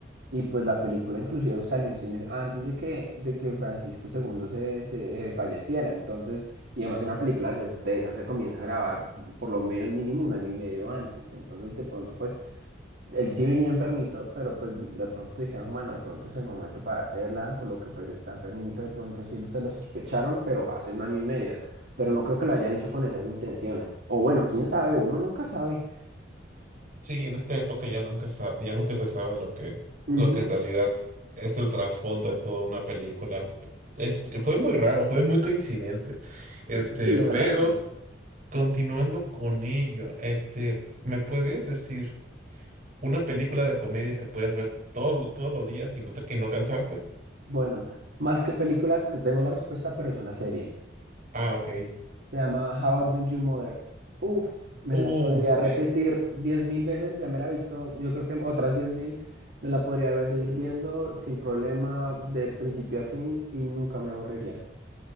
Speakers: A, on the right; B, on the right.
A: y pues la película inclusive salió en cines antes de que, de que Francisco segundo se, se, eh, falleciera. Entonces, y además una película se- de esa se comienza a grabar por lo menos mínimo un año y medio antes. Entonces, de pronto, pues él sí venía enfermito, pero pues de pronto dijeron, bueno, de pronto es el momento para hacerla, por lo que pues está enfermito, de pronto sí se lo sospecharon, pero hace un año y medio, pero no creo que lo hayan hecho con esas intenciones. O bueno, quién sabe, uno nunca sabe.
B: Sí, en esta época ya nunca sa- ya nunca se sabe lo que,
A: Ujú.
B: lo que en realidad es el trasfondo de toda una película. Este, fue muy raro, fue muy coincidente. Este,
A: Sí, la
B: pero
A: verdad. no.
B: continuando con ello, este, ¿me podrías decir una película de comedia que puedas ver todo- todos los días y no te- y no cansarte?
A: Bueno, más que película, te tengo la respuesta, pero es una serie.
B: Ah, ok.
A: Se llama How I Met Your Mother. Uf, me
B: Uf,
A: la podría repetir
B: eh,
A: diez mil veces, ya me la he visto, yo creo que otras diez mil, me la podría ver- seguir viendo sin problema de principio a fin y nunca me aburriría.